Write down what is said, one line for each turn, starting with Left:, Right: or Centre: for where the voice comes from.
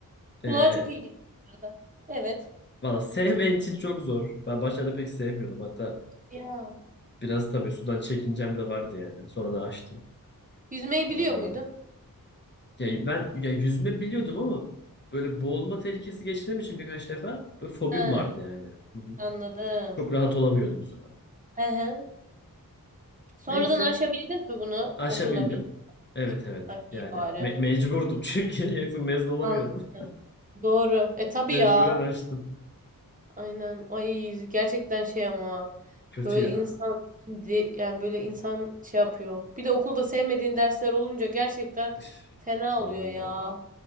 Right: Kulağa
Left: e,
Right: çok iyi geliyor bu arada. Evet.
Left: valla sevmeyen için çok zor. Ben başlarda pek sevmiyordum. Hatta
Right: Ya.
Left: Biraz tabii sudan çekincem de vardı yani. Sonradan açtım.
Right: Yüzmeyi
Left: Vallahi.
Right: biliyor muydun?
Left: Ya ben ya yüzme biliyordum ama böyle boğulma tehlikesi geçirdiğim için birkaç defa böyle fobim
Right: Ha,
Left: vardı yani. Hı hı.
Right: anladım.
Left: Çok rahat olamıyordum suda.
Right: Hı hı. Sonradan
Left: Neyse
Right: aşabildin mi bunu
Left: aşabildim.
Right: okulla birlikte?
Left: Evet evet
Right: Ay, iyi
Left: yani
Right: bari.
Left: me- mecburdum <laughs> çünkü yoksa mezun olamıyordum.
Right: An doğru. E tabii
Left: <laughs> Mecburen
Right: ya.
Left: açtım.
Right: Aynen. Ay gerçekten şey ama
Left: Kötü
Right: böyle
Left: ya.
Right: insan şimdi yani böyle insan şey yapıyor. Bir de okulda sevmediğin dersler olunca gerçekten
Left: Üf,
Right: fena
Left: Vallahi
Right: oluyor ya.